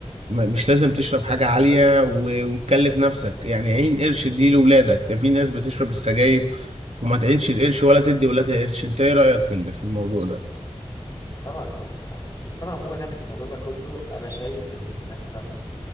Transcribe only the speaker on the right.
م- مش لازم تشرب حاجة عالية و- وتكلف نفسك يعني عين قرش دي لولادك ده في ناس بتشرب السجاير وما تعينش القرش ولا تدي ولادها قرش انت ايه رأيك في ال- في الموضوع ده